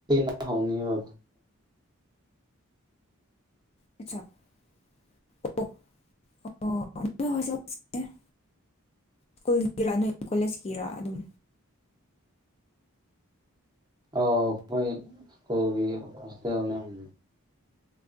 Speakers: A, on the right; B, on the left.
A: ꯗ ꯍꯧꯅꯤꯕ꯫
B: <unintelligible> ꯁ꯭ꯀꯨꯜꯒꯤꯔ ꯅꯣꯏ ꯀꯣꯂꯦꯖꯀꯤꯔ ꯑꯗꯨꯝ?
A: ꯑꯧ ꯍꯣꯏ ꯁ꯭ꯀꯨꯜꯒꯤ ꯍꯣꯁꯇꯦꯜ ꯅꯦ ꯫